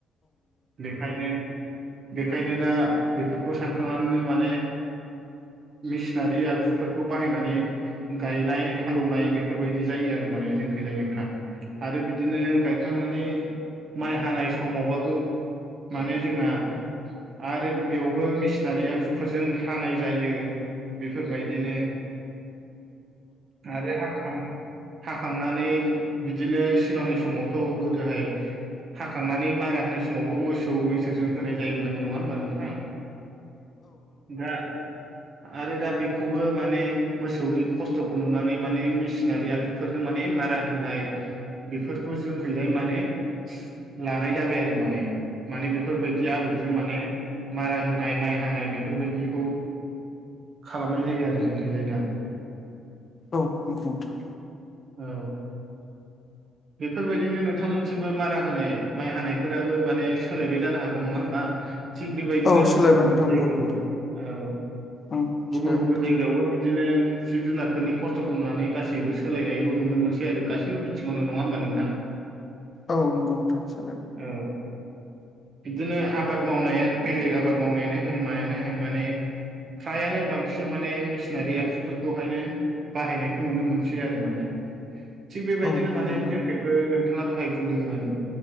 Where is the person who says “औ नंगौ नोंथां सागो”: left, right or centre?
Left